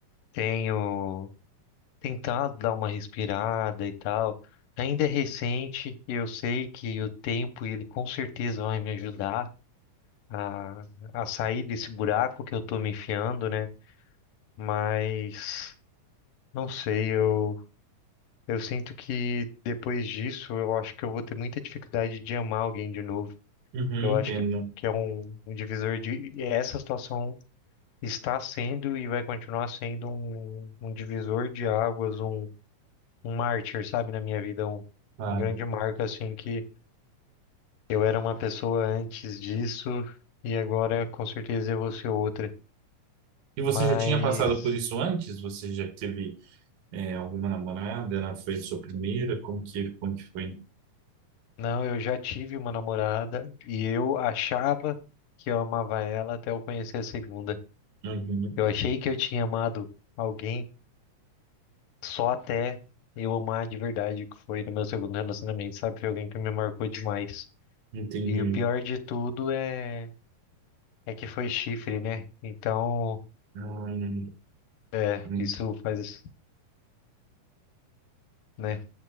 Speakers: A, on the left (about 80°); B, on the right (about 85°).
A: tenho tentado dar uma respirada e tal. Ainda é recente, e eu sei que o tempo ele com certeza vai me ajudar a, a sair desse buraco que eu tô me enfiando, né? Mas não sei, eu eu sinto que depois disso eu acho que eu vou ter muita dificuldade de amar alguém de novo.
B: Uhum,
A: Eu
B: entendo.
A: acho que que é um, um divisor de e essa situação está sendo e vai continuar sendo um, um divisor de águas, um, um mártir, sabe, na minha vida, um,
B: Claro.
A: um grande marco, assim, que eu era uma pessoa antes disso e agora com certeza eu vou ser outra.
B: E você
A: Mas,
B: já tinha passado por isso antes? Você já teve é, alguma namorada? Ela foi sua primeira? Como que, como que foi?
A: não, eu já tive uma namorada e eu achava que eu amava ela até eu conhecer a segunda.
B: Uhum,
A: Eu achei que eu tinha amado alguém só até eu amar de verdade, que foi no meu segundo relacionamento, sabe? Foi alguém que me marcou demais.
B: entendi.
A: E o pior de tudo é, é que foi chifre, né? Então,
B: Hum,
A: É,
B: hum.
A: isso faz, né,